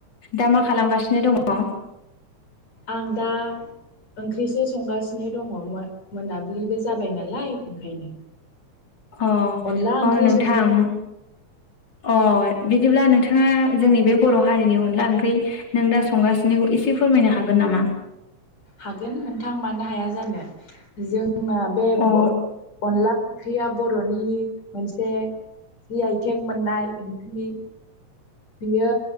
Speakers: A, on the left; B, on the left.
A: दा मा खालामगासिनो दङ?
B: आं दा ओंख्रिसो संगासिनो दङ मोनाबिलिबो जाबाय नालाय ओंखायनो।
A: अ'
B: अनला ओंख्रि
A: अ' नोंथां
B: संदों
A: अ' बिदिब्ला नोंथाङा जोंनि बे बर' हारिनि अनला ओंख्रि नों दा संगासिनो एसे फोरमायनो हागोन नामा?
B: हागोन नोंथां मानो हाया जानो। जोंना बे
A: अ
B: अनला ओंख्रिया बर'नि मोनसे जि आइ थेग मोननाय ओंख्रि। बियो